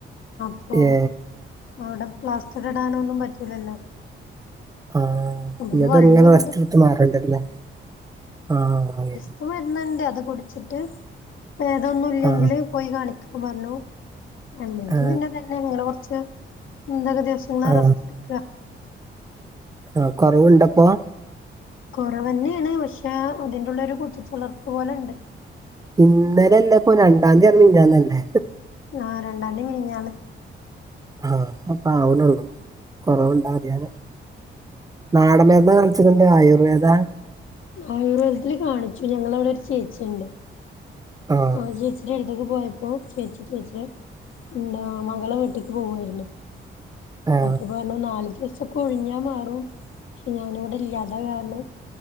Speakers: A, on the left; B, on the right.
A: പ്പോ
B: ഏ
A: അവ്ടെ പ്ലാസ്റ്ററിടാനേന്നും പറ്റൂലല്ലോ.
B: ആഹ്
A: ഒരു
B: ഞത്
A: വള്ളിണ്ട്
B: ങ്ങനെ റെസ്റ്റ് എടുത്ത് മാറണ്ടെരൂലെ ആഹ് വെ
A: പ്പ മര്ന്ന്ണ്ട് അതുകുടിച്ചിട്ട്. പെതൊന്നുല്ലെങ്കില്
B: ആ
A: പോയി കാണിക്കാൻ പറഞ്ഞു. അല്ലെങ്കി
B: ആ
A: പിന്നെ തന്നെ ഇങ്ങനെ കൊറച്ച് <unintelligible> ദിവസങ്ങള്
B: ആ
A: റസ്റ്റ് എടുക്കുക
B: ആഹ് കൊറവ്ണ്ടപ്പോ.
A: കെറവെന്നെണ് പഷെ ഇതിൻ്റുള്ളെരൂ കുത്തിച്ചുള്ളർപ്പ് പോലെണ്ട്.
B: ഇന്നലെല്ലപ്പൊ, രണ്ടാന്തിയാണ്. മിഞ്ഞാന്നല്ലെ.
A: ആ രണ്ടാന്തി മിഞ്ഞാന്ന്
B: ആഹ് അപ്പാവ്ണെള്ളു കൊറവ്ണ്ടാദൃനെ നാടമരിന്ന് കാണി ഛനുന്താ ആയുർവേദ.
A: ആയുർവേദത്തില് കാണിച്ചു ഞങ്ങളവിടെരു, ചേച്ചിണ്ട്.
B: ആഹ്
A: ആ ചേച്ചിടെ ട്ത്ത്ക്ക് പോയപ്പോ. ചേച്ചി ചേച്ചിടെ, ന്താ മകളെ വീട്ട്ക്ക്, പോവായിരുന്നു. <unintelligible>
B: ആ
A: പറഞ്ഞു നാല് ദിവസൊക്കെ ഉഴിഞ്ഞാ മാറും പഷെ ഞാനിവിടെ ഇല്ലാത്ത കാരണം.